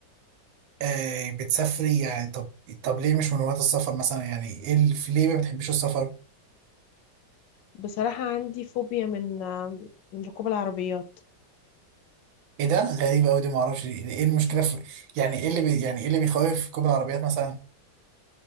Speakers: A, on the right; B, on the left.
A: آه بتسافري يعني طب طب ليه مش من وقت السفر مثلا يعني ايه ال- في ليه ما بتحبيش السفر
B: بصراحة عندي فوبيا من آه، من ركوب العربيات
A: ايه ده غريبة قوي دي ما اعرفش ليه. ايه المشكلة في يعني ايه اللي بي يعني ايه اللي بيخوف في ركوب العربيات مثلا